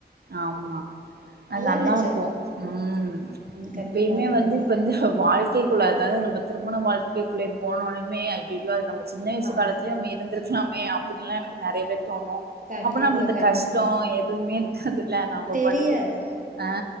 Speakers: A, on the right; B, on the right.
A: ஆம்மா அது நல்லா
B: இருந்துச்சு
A: இருக்கு
B: அப்ப
A: ம்
B: கண்டிப்பா
A: இப்பயுமே
B: கண்டிப்பா
A: வந்து இப்ப இந்த வாழ் க்கைகுள்ள அதது நம்ப திருமண வாழ்க்கைக்குள்ளே போனவுன்னுமே ஐயையோ அது நம்ப சின்ன வயசுகாலத்துலே
B: ஆமா
A: நம்ப இருந்திருக் கலாமே அப்புடின்னு எல்லா எனக்கு நெறையவே தோணு
B: கண்டிப்பா
A: அப்பனா இந்த இந்த
B: கண்
A: கஷ்டோ எதுவுமே அதுல நம்ப
B: தெரியாது
A: பாட்டுக்கு ஆ